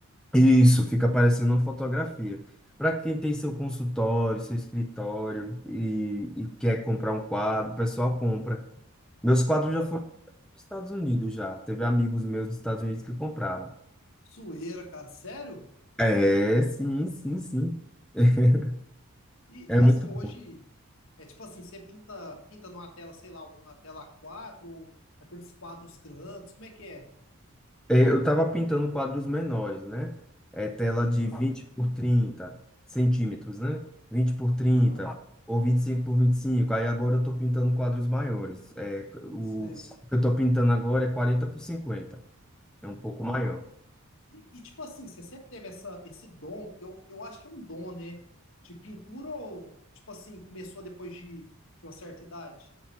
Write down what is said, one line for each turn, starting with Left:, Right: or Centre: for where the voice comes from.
Centre: isso, fica parecendo uma fotografia. Para quem tem seu consultório, seu escritório e, e quer comprar um quadro, o pessoal compra. Meus quadros
Left: Aham.
Centre: já foram para os Estados Unidos já. Teve amigos meus dos Estados Unidos que compraram.
Left: Zoeira, cara. Sério?
Centre: É, sim, sim, sim. <laughs>
Left: E,
Centre: É muito
Left: e assim, hoje
Centre: bom.
Left: é tipo assim, você pinta, pinta numa tela, sei lá, uma tela A4, ou aqueles quadros grandes, como é que é?
Centre: É, Eu estava pintando quadros menores, né? É tela
Left: Aham,
Centre: de 20 por 30 centímetros, né? Vinte por trinta
Left: aham,
Centre: ou 25 por 25. Aí agora eu estou pintando quadros maiores. É, o
Left: sei.
Centre: o que eu estou pintando agora é 40 por 50. É um pouco maior.
Left: E, e, tipo assim, você sempre teve essa, esse dom, porque eu, eu acho que é um dom, né? De pintura ou, tipo assim, começou depois de, de uma certa idade?